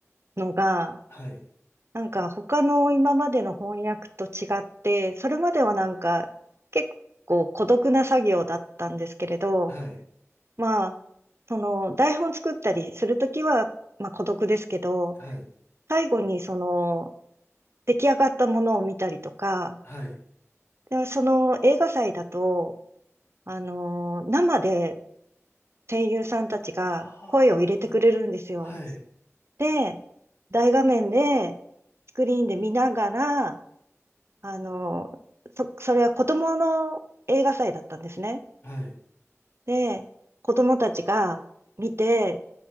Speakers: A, on the right (about 55°); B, on the left (about 50°).
A: のが、
B: はい。
A: なんか他の今までの翻訳と違って、それまではなんか結構孤独な作業だったんですけれど、
B: はい。
A: まあ、その台本作ったりするときは、まあ孤独ですけど、
B: はい。
A: 最後にその出来上がったものを見たりとか、
B: はい。
A: でその映画祭だと、あの、生で声優さんたちが声を入れてくれるんですよ。
B: ああ、なるほど。はい。
A: で、大画面で、スクリーンで見ながら、あの、そ、それは子供の映画祭だったんですね。
B: はい。
A: で、子供たちが見て、